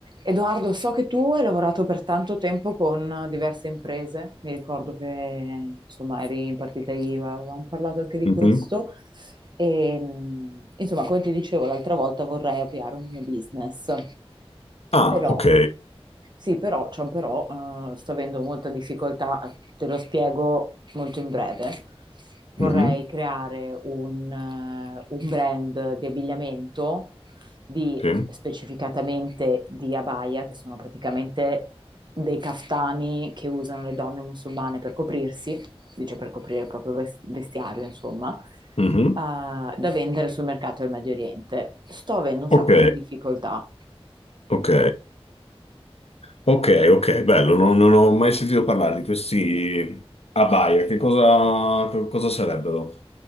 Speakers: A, on the right; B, on the left.
A: Edoardo, so che tu hai lavorato per tanto tempo con eh, diverse imprese, mi ricordo che insomma eri in partita IVA, avevamo parlato anche di
B: Mhm.
A: questo e mh, insomma come ti dicevo l'altra volta vorrei avviare un mio business,
B: Ah,
A: però
B: ok.
A: sì, però c'è un però, eh, sto avendo molta difficoltà, eh, te lo spiego molto in breve. Vorrei
B: Mhm,
A: creare un, eh, un brand di abbigliamento di
B: Sì.
A: specificatamente di abaya, che sono praticamente dei caftani che usano le donne musulmane per coprirsi, dice per coprire il proprio ves- vestiario, insomma,
B: Mhm.
A: eh, da vendere sul mercato del Medio Oriente. Sto avendo un
B: Ok,
A: sacco di difficoltà.
B: ok, ok, ok, bello, non, non ho mai sentito parlare di questi abaya. Che cosa, che cosa sarebbero?